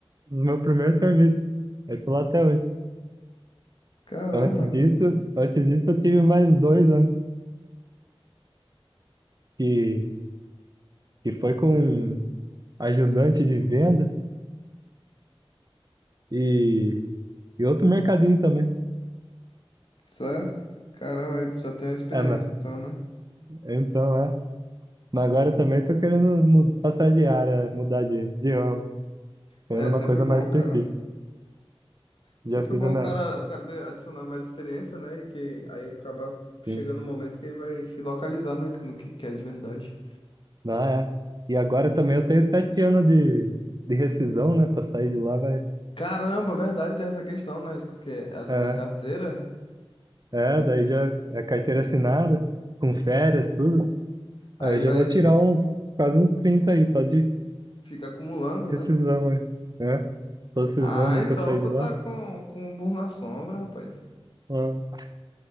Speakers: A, on the right (about 40°); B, on the left (about 60°).
A: dos meus primeiros serviços. Eu tô lá até hoje.
B: Caramba.
A: Antes disso, antes disso eu tive mais dois antes, que, que foi com ajudante de venda e, e outro mercadinho também.
B: Sério? Caramba, aí já tem a experiência
A: É, mas,
B: então, né?
A: então, é. Mas agora eu também tô querendo mu- passar de área, mudar de, de ramo, querendo
B: É
A: uma
B: sempre
A: coisa
B: bom,
A: mais específica.
B: cara. Sempre
A: Já fiz
B: bom
A: a minha,
B: o cara, o cara ter, adicionar mais experiência, né? E que aí acaba chegando
A: sim.
B: um momento que ele vai se localizar, né? No que quer de verdade.
A: Não, é. E agora também eu tenho sete anos de, de rescisão, né? Pra sair de lá vai.
B: Caramba, verdade, tem essa questão, né? de Porque assim
A: É.
B: na carteira,
A: É,
B: Hum.
A: daí já é carteira assinada, com férias, tudo.
B: aí
A: Aí eu já
B: vai
A: vou tirar uns, quase uns 30 aí, só de
B: fica acumulando,
A: rescisão
B: né?
A: aí, né? Tô rescisão,
B: Ah,
A: nunca
B: então
A: saí
B: tu
A: de lá.
B: tá com, com um burro na sombra, rapaz.
A: Ah,